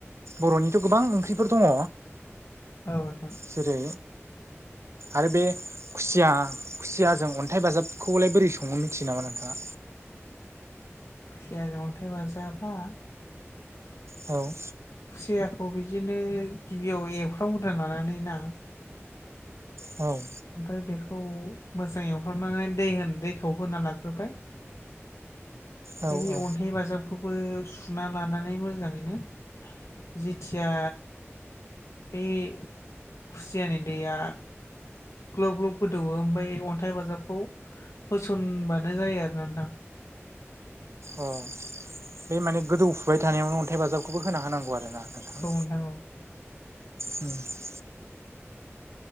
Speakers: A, on the right (about 70°); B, on the left (about 80°).
A: बर'निथ' गोबां ओंख्रिफोर दङ
B: औ नोंथां
A: जेरै आरो बे खुसिया खुसिया जों अन्थाइ बाजाबखौलाय बोरै सङो मिथियो नामा नोंथाङा?
B: खुसियानो अन्थाइ बाजाबा?
A: औ।
B: खुसियाखौ बिदिनो गिबियाव एवफ्र्रांगद्रा लानानै ना
A: औ।
B: ओमफ्राय बेखौ मोजाङ एवखांनानै दै होन दैखौ होना लाग्रोबाय
A: औ
B: बे
A: औ
B: अन्थाइ बाजाबखौ बो सुना लानानै मोजाङैनो जेथिया बै खुसियानि दैया ग्लब ग्लब गोदौवो ओमफ्राय अन्थाइ बाजाबखौ होसनबानो जायो आरोना नोंथां।
A: अ बे माने गोदौफुबाय थानायावनो अन्थाइ बाजाबखौबो होना होनांगौ आरो।
B: नोंथां औ नोंथां औ
A: <unintelligible>